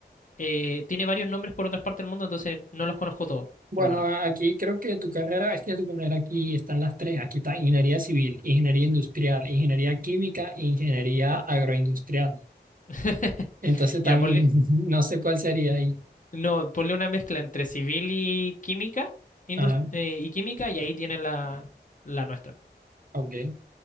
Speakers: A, on the left; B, on the right.
A: eh, tiene varios nombres por otras partes del mundo, entonces no los conozco todos,
B: bueno,
A: por lo menos.
B: a- aquí creo que tu carrera, es que tu carrera aquí están las tres. Aquí está Ingeniería Civil, Ingeniería Industrial, Ingeniería Química, Ingeniería Agroindustrial.
A: <laughs>
B: Entonces, tan,
A: Ya, ponle,
B: <laughs> no sé cuál sería ahí.
A: no, ponle una mezcla entre civil y química, indus-
B: Ajá,
A: eh, y química, y ahí tiene la, la nuestra.
B: ok.